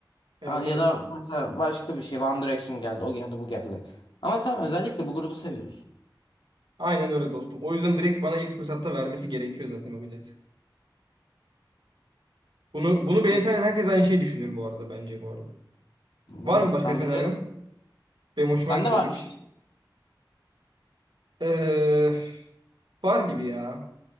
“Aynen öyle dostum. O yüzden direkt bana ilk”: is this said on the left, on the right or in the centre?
Right